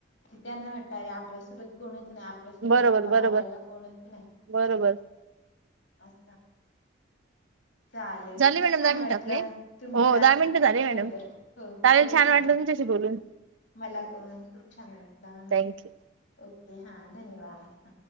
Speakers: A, on the left; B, on the right.
A: की त्यांना वाटलय आता आपल्या सोबत कोणच नाही आपल्यासोबत
B: बरोबर
A: गप्पा
B: बरोबर
A: मारायला कोणच नाही
B: बरोबर
A: असं चालेल
B: झाले
A: खूप
B: मॅडम
A: छान
B: दहा मिनिट
A: वाटलं
B: आपले
A: तुमच्या
B: हो दहा मिनिटं झाले मॅडम
A: बरोबर हो
B: चालेल
A: हो
B: छान वाटलं
A: हो
B: तुमच्याशी बोलून
A: मला पण खूप छान वाटला
B: थँक्यू
A: ओके हा धन्यवाद. हां